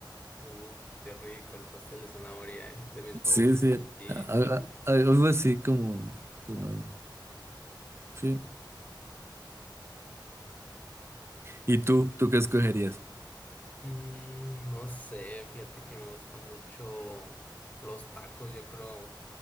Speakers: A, on the left (about 20°); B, on the right (about 30°).
A: Uh, qué rico el pastel de zanahoria, ¿eh? De mis favoritos.
B: Sí, sí,
A: Y,
B: a- a- a- algo así como, como, sí. ¿Y tú? ¿Tú qué escogerías?
A: mm, no sé, fíjate que me gusta mucho los tacos, yo creo.